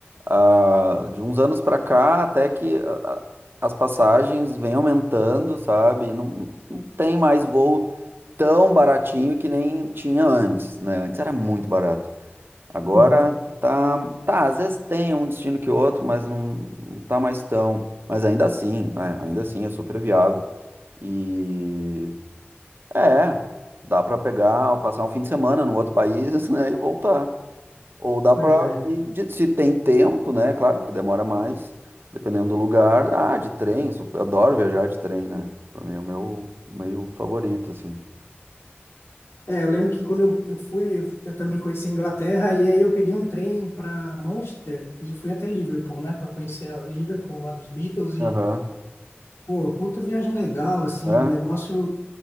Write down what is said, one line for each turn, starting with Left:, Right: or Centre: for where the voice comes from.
Right: ah, de uns anos para cá, até que a- a- as passagens vêm aumentando, sabe? E Não, não tem mais voo tão baratinho que nem tinha antes, né? Antes era muito barato. Agora
Left: Uhum.
Right: tá, tá, às vezes tem um destino que outro, mas não, não tá mais tão. Mas ainda assim, né? Ainda assim é super viável. E é, dá pra pegar, passar um fim de semana no outro país, <laughs> né, e voltar. Ou dá
Left: Pois
Right: pra
Left: é.
Right: ir de- se tem tempo, né? Claro que demora mais, dependendo do lugar. Ah, de trem, su- eu adoro viajar de trem, né? Pra mim é o meu meio favorito, assim.
Left: É, eu lembro que quando eu, eu fui, eu, eu também conheci a Inglaterra, e aí eu peguei um trem para Manchester e fui até Liverpool, né, para conhecer a Liverpool lá dos Beatles. E,
Right: Aham.
Left: pô, puta viagem legal, assim,
Right: É?
Left: um negócio